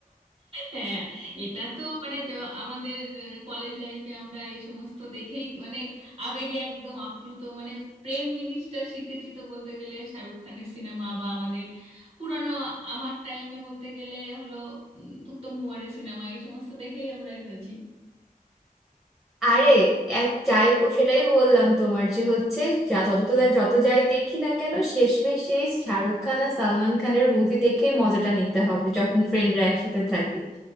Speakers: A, on the right; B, in the centre.
A: হ্যাঁ এটা তো মানে য- আমাদের কলেজ লাইফে আমরা এই সমস্ত দেখেই মানে আবেগে একদম আপ্লুত মানে প্রেম জিনিসটা শিখেছি তো বলতে গেলে শাহরুখ খানের সিনেমা বা আমাদের পুরানো আমার টাইমে বলতে গেলে হলো উম, উত্তম কুমারের সিনেমা এই সমস্ত দেখেই আমরাই হয়েছি
B: আরে
A: তো
B: এক যাই ও- সেটাই বললাম তোমার যে হচ্ছে যা যত যত যত যাই দেখি না কেন শেষমেশ সেই শাহরুখ খান আর সালমান খানের মুভি দেখেই মজাটা নিতে হবে যখন ফ্রেন্ডরা একসাথে থাকি